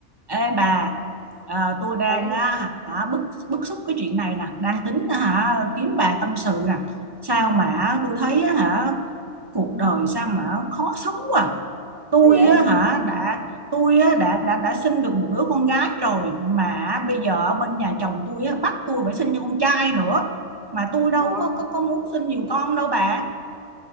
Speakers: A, on the right (about 25°); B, in the centre.
A: Ê bà, à, tôi đang
B: ơi
A: á, hả, bức bức xúc cái chuyện này nè, đang tính á, hả kiếm bà tâm sự nè. Sao mà tôi thấy á, hả cuộc đời sao mà khó sống quá. Tôi
B: sao vậy
A: á, hả đã tôi á, đã đã đã sinh được một đứa con gái rồi mà bây giờ ở bên nhà chồng tôi á, bắt tôi phải sinh cho con trai nữa. Mà tôi đâu
B: Ồ,
A: có có có muốn sinh nhiều con đâu bà.